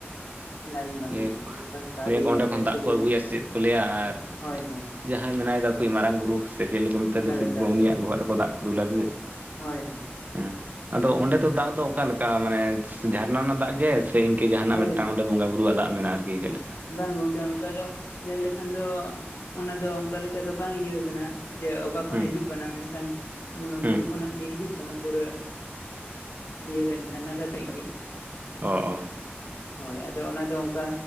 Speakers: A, on the left; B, on the right.
A: ᱞᱟᱭᱤᱱ ᱵᱟᱝ
B: ᱱᱤᱭᱟᱹ
A: ᱧᱟᱢᱚᱜᱼᱟ ᱚᱱᱠᱟ ᱠᱟᱹᱣᱰᱤ
B: ᱞᱟᱹᱭᱟᱹ ᱠᱚ ᱚᱸᱰᱮ
A: ᱡᱟᱹᱥᱛᱤ
B: ᱠᱷᱚᱱ ᱫᱟᱜ ᱠᱚ
A: ᱜᱮ
B: ᱟᱹᱜᱩᱭᱟ ᱪᱮᱫ ᱠᱚ ᱞᱟᱹᱭᱟ ᱟᱨ
A: ᱦᱳᱭ ᱦᱳᱭ
B: ᱡᱟᱦᱟᱸᱭ ᱢᱮᱱᱟᱭ ᱫᱟᱠᱚ ᱢᱟᱨᱟᱝ ᱵᱩᱨᱩ ᱥᱮ ᱪᱮᱞᱮ ᱠᱚ ᱢᱮᱛᱟᱭ
A: ᱮᱠᱟᱞ
B: ᱥᱚᱥᱤ
A: ᱮᱠᱟᱞ
B: ᱵᱟᱵᱟ ᱩᱱᱤᱭᱟᱜ ᱵᱚᱦᱚᱜ ᱨᱮᱠᱚ ᱫᱟᱜ ᱠᱚ ᱫᱩᱞᱟ ᱥᱮ ᱪᱮᱫ?
A: ᱦᱳᱭ ᱦᱳᱭ,
B: ᱦᱮᱸ ᱟᱫᱚ ᱚᱸᱰᱮ ᱫᱚ ᱫᱟᱜ ᱫᱚ ᱚᱠᱟ ᱞᱮᱠᱟ ᱢᱟᱱᱮ ᱡᱷᱟᱨᱱᱟ ᱨᱮᱱᱟᱜ ᱫᱟᱜ ᱜᱮ ᱥᱮ ᱤᱱᱠᱟᱹ ᱡᱟᱦᱟᱱᱟᱜ
A: ᱦᱳᱭ
B: ᱢᱤᱫᱴᱟᱝ ᱵᱚᱸᱜᱟ ᱵᱩᱨᱩ ᱣᱟᱜ ᱫᱟᱜ ᱢᱮᱱᱟᱜᱼᱟ, ᱟᱨᱠᱤ ᱪᱮᱫ ᱞᱮᱠᱟ?
A: ᱵᱟᱝ ᱜᱚᱝᱠᱮ ᱚᱱᱠᱟ ᱫᱚ ᱧᱮᱞ ᱞᱮᱠᱷᱟᱱ ᱫᱚ ᱚᱱᱟ ᱫᱚ ᱚᱱᱠᱟ ᱞᱮᱠᱟ ᱫᱚ ᱵᱟᱝ ᱤᱭᱟᱹ ᱠᱟᱱᱟ ᱾ ᱡᱮ ᱚᱠᱟ ᱠᱷᱚᱱ
B: ᱦᱩᱸ
A: ᱦᱤᱡᱩᱜ ᱠᱟᱱᱟ ᱢᱮᱱᱠᱷᱟᱱ,
B: ᱦᱩᱸ
A: ᱵᱩᱨᱩ ᱠᱷᱚᱱᱟᱜ ᱜᱮ ᱦᱤᱡᱩᱜ ᱠᱟᱱᱟ ᱯᱩᱨᱟᱹ ᱤᱭᱟᱹ ᱡᱷᱟᱨᱱᱟ ᱠᱟᱛᱮᱫ ᱜᱮ
B: ᱚ-ᱚ
A: ᱦᱳᱭ ᱟᱫᱚ ᱚᱱᱟ ᱫᱚ ᱚᱱᱠᱟ